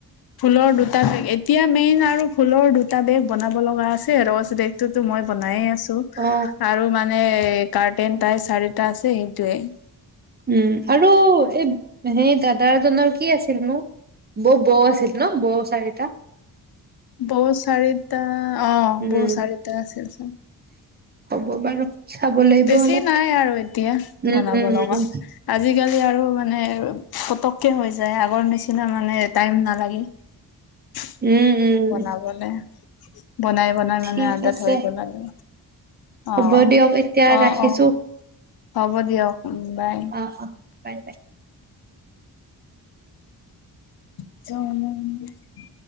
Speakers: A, on the left; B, on the right.
A: ফুলৰ দুটা বেগ, এতিয়া মেইন আৰু ফুলৰ দুটা বেগ বনাব লগা আছে, ৰচ বেগ টোতো মই বনায়ে আছো।
B: অ
A: আৰু মানে, কাৰ্টেন তাই চাৰিটা আছে, সেইটোয়ে।
B: উম, আৰু এই সেই দাদা এজনৰ কি আছিলনো? বৌ, বৌ আছিল ন, বৌ চাাৰিটা!
A: বৌ চাৰিটা, অ,
B: উম
A: বৌ চাৰিটা আছিল।
B: হ'ব বাৰু। চাব লাগিব
A: বেছি
B: অলপ
A: নাই আৰু এতিয়া,
B: উম
A: বনাব
B: উম
A: লগা।
B: উম
A: আজিকালি আৰু মানে পতককে হৈ যায়, আগৰ নিচিনা মানে টাইম নালাগে। <inaudible>
B: উম উম
A: বনাবলৈ, বনাই-বনাই
B: ঠিক
A: মানে আদাত
B: আছে
A: হৈ গ'ল আৰু। অ'।
B: হ'ব দিয়ক, এতিয়া
A: অ',
B: ৰাখিছো।
A: অ', হ'ব দিয়ক বাই।
B: অ, অ, বাই, বাই।
A: <unintelligible>